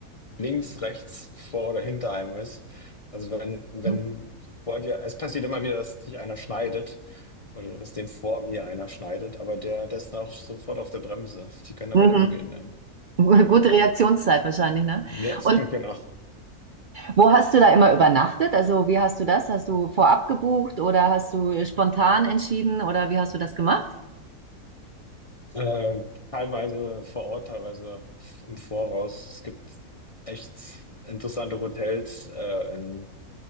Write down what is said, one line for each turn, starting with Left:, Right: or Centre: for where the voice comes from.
Left: links, rechts, vor oder hinter einem ist. Also wenn, wenn
Right: Mhm.
Left: vor dir, es passiert immer wieder, dass dich einer schneidet oder dass dem vor mir einer schneidet, aber der, der ist dann auch sofort auf der Bremse. Die können damit
Right: Mhm.
Left: umgehen. Ne?
Right: <laughs>
Left: Ja,
Right: Gute Reaktionszeit wahrscheinlich, ne?
Left: <laughs>
Right: Und
Left: Ja, genau.
Right: wo hast du da immer übernachtet? Also wie hast du das? Hast du vorab gebucht oder hast du spontan entschieden oder wie hast du das gemacht?
Left: Äh, teilweise vor Ort, teilweise f- im Voraus. Es gibt echt interessante Hotels äh, in,